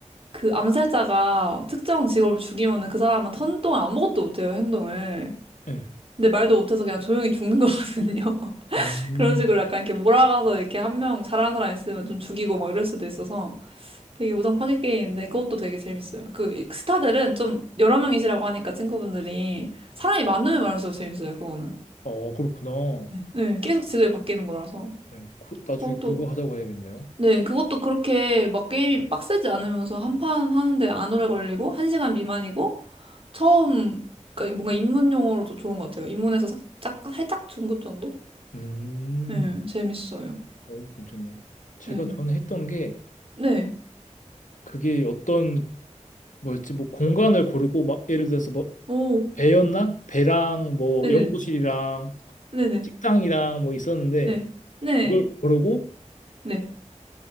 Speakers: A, on the right; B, on the left.
A: 그 암살자가 특정 직업을 죽이면은 그 사람은 턴 동안 아무것도 못해요, 행동을.
B: 네.
A: 근데 말도 못해서 그냥 조용히 죽는 <laughs> 거거든요.
B: 음.
A: 그런 식으로 약간 이렇게 몰아가서 이렇게 한 명 잘하는 사람 있으면 좀 죽이고 막 이럴 수도 있어서 되게 우정 파괴 게임인데 그것도 되게 재밌어요. 그 이- 스타들은 좀 여러 명이시라고 하니까 친구분들이 사람이 많으면 많을수록 재밌어요, 그거는.
B: 어 그렇구나.
A: 네, 계속 직업이 바뀌는 거라서.
B: 네, 그- 나중에
A: 그것도
B: 그거 하자고 해야겠네요.
A: 네, 그것도 그렇게 막 게임이 빡세지 않으면서 한판 하는데 안 오래 걸리고, 한시간 미만이고, 처음, 그러니까 뭔가 입문용어로도 좋은 것 같아요. 입문에서 살짝, 살짝 중급 정도?
B: 음.
A: 네, 재밌어요.
B: 오 괜찮네요. 제가
A: 네.
B: 전에 했던 게
A: 네.
B: 그게 어떤 뭐였지 뭐 공간을 고르고 막 예를 들어서 뭐
A: 오,
B: 배였나? 배랑 뭐
A: 네네.
B: 연구실이랑
A: 네네.
B: 식당이랑 뭐 있었는데
A: 네. 네.
B: 그걸
A: 네.
B: 고르고
A: 네.